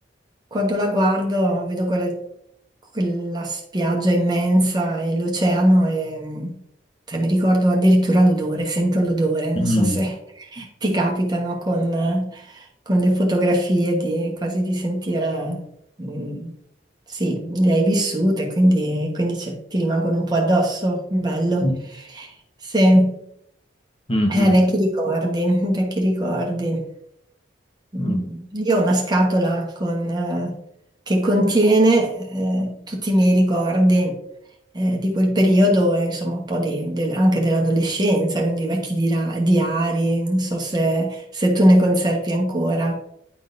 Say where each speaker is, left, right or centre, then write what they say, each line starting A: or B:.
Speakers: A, on the right; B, on the left.
A: quando la guardo vedo quella, quella spiaggia immensa e l'oceano e cioè, mi ricordo addirittura l'odore, sento l'odore, non
B: mm.
A: so se <laughs> ti capitano con, con le fotografie di, quasi di sentire... mm, Sì, le hai vissute, quindi, quindi c'è- ti rimangono un po' addosso. Bello.
B: mm.
A: Sì, eh,
B: Mm, mm,
A: vecchi ricordi, vecchi ricordi. Mm,
B: mm.
A: Io ho una scatola con, eh, che contiene eh, tutti i miei ricordi eh, di quel periodo, e, insomma un po' di- del- anche dell'adolescenza, quindi vecchi dira- diari, non so se, se tu ne conservi ancora